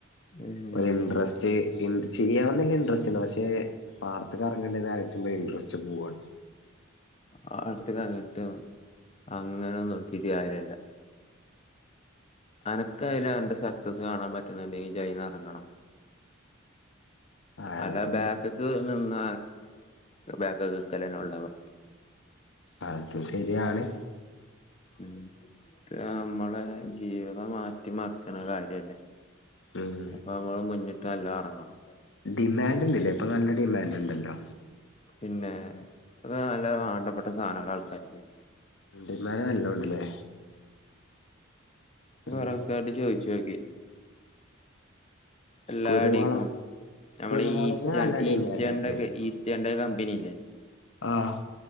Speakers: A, on the left; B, on the left.
A: ഏഹ്
B: ഒരു ഇൻട്രസ്റ്റ് ചെയ്യാമന്ന വല്ല ഇൻടറസ്റ്റ ഉല്ല പക്ഷെ പാർത്തുറങ്ങേണ്ടത് അലോയ്‌ച്ചുമ്പോ ഇൻട്രസ്റ്റ് പോവാണ്
A: ആ അടുത്ത് കഞ്ഞിട്ടും അങ്ങനെ നോക്കിട്ട് കാര്ല്ല അനക്ക അതിൽ എന്റെ സക്സസ് കാണാൻ പറ്റുന്നുണ്ടെങ്കിൽ ജൈന്ന് ഇറങ്ങണം
B: അതിപ്പോ
A: അല്ല ബാക്കക്ക് നിന്ന ബാക്കക്കുനിക്കൽ തന്നണ്ടാവാ
B: അതും ശെരിയാണ്
A: മ നമ്മളെ ജീവിതം മാറ്റിമറിച്ചണ കാര്യല്ലേ
B: ഉം
A: അപ്പൊ നമ്മള് മുന്നിട്ട് നല്ലാം ഇറങ്ങണം
B: ഡിമാൻഡ് ഉണ്ടല്ലേ ഇപ്പൊ നല്ല ഡിമാൻഡ് ഉണ്ടല്ലോ
A: പിന്നെ അ നല്ല ആണ്ടപ്പെട്ട സാധനമല്ല ആൾക്കാർക്ക്
B: ഡിമാൻന്റ് നല്ലോണ്ടല്ലേ ഉം
A: രാൾക്കാട് ചോയിച്ചു നോക്കി എല്ലാ
B: കുരുമുള
A: അഡീക്കും നമ്മൾഈ
B: കുരുമുളകിന്
A: ഈസ്റ്റേ
B: നല്ല ഡിമാൻഡ്
A: ഈസ്റ്റേക്കെ
B: ഉണ്ട്
A: ഈസ്റ്റേ കമ്പനിയില്ലേ
B: ആഹ്